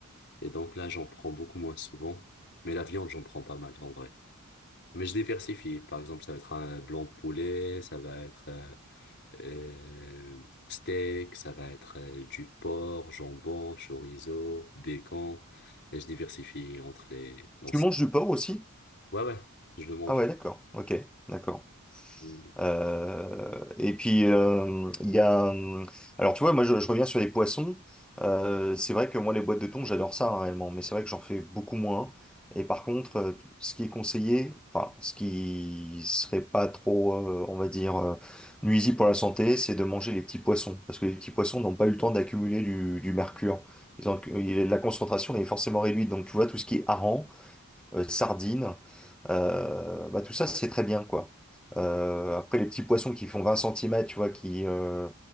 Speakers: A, on the left (about 55°); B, in the centre.
A: Et donc là, j'en prends beaucoup moins souvent. Mais la viande, j'en prends pas mal en vrai. Mais je diversifie. Par exemple, ça va être un blanc poulet, ça va être euh, euh, steak, ça va être euh, du porc, jambon, chorizo, bacon. Et je diversifie entre les l'ensemble.
B: Tu manges du porc aussi?
A: Ouais, ouais, je le mange.
B: Ah ouais, d'accord. Ok, d'accord.
A: Mm.
B: Euh, et puis euh, il y a euh, alors tu vois moi je, je reviens sur les poissons Euh, c'est vrai que moi les boîtes de thon j'adore ça hein, réellement mais c'est vrai que j'en fais beaucoup moins et par contre euh, ce qui est conseillé enfin ce qui serait pas trop euh, on va dire euh, nuisible pour la santé c'est de manger les petits poissons parce que les petits poissons n'ont pas eu le temps d'accumuler du, du mercure ils ont, il- la concentration est forcément réduite donc tu vois tout ce qui est hareng euh, sardines. Euh, bah, tout ça, c'est très bien, quoi. Euh, après, les petits poissons qui font 20 centimètres, tu vois, qui, euh,